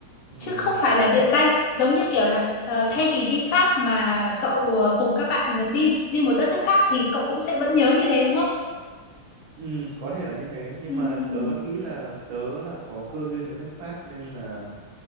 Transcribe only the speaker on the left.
Chứ
không phải
là
địa danh, giống như kiểu là ờ, thay
vì đi Pháp mà cậu ờ, cùng các bạn đi đi một đất nước khác thì cậu cũng sẽ vẫn nhớ như thế đúng không?
Ừ
ừ
ừ.